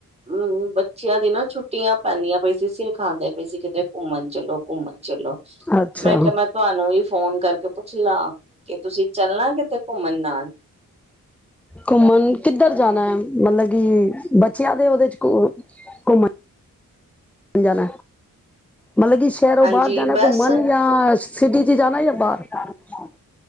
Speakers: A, on the right; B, in the centre.
A: ਹਮ ਬੱਚਿਆਂ ਦੀ ਨਾ ਛੁੱਟੀਆਂ ਪੈਂਦੀਆਂ ਪਈ ਸੀਰ ਖਾਂਦੇ ਪਏ ਸੀ ਕਿਤੇ ਘੁੰਮਣ ਚ ਕੁਮਨ ਚਲੋ
B: ਅੱਛਾ
A: ਮੈਂ ਕਿਹਾ ਮੈਂ ਤੁਹਾਨੂੰ ਵੀ ਫੋਨ ਕਰਕੇ ਪੁੱਛ ਲਾ। ਕਿ ਤੁਸੀਂ ਚੱਲਣਾ ਕਿਤੇ ਘੁੰਮਣ ਨਾਲ।
B: ਘੁੰਮਣ ਕਿੱਧਰ ਜਾਣਾ ਹੈ ਮਤਲਬ ਕਿ ਬੱਚਿਆਂ ਦੇ ਉਹਦੇ ਚ ਘੁੰ ਘੁੰਮਣ ਅੰ ਜਾਣਾ ਮਤਲਬ ਕਿ ਸ਼ਹਿਰੋ
A: ਹਾਂਜੀ
B: ਬਾਹਰ ਜਾਨਾ
A: ਬਸ
B: ਘੂਮਨ ਯਾ ਸਿਟੀ ਚ ਜਾਾਨਾ ਜਾਂ ਬਾਹਰ ਹਾਂਛ